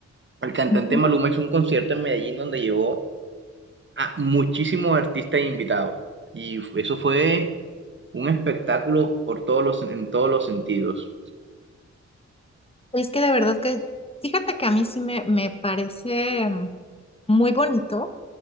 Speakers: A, on the right; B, on the left.
A: el cantante
B: Ujú.
A: Maluma hizo un concierto en Medellín donde llevó a muchísimos artistas e invitados. Y eso fue un espectáculo por todos los, en todos los sentidos.
B: Es que de verdad que, fíjate que a mí sí me, me parece mm, muy bonito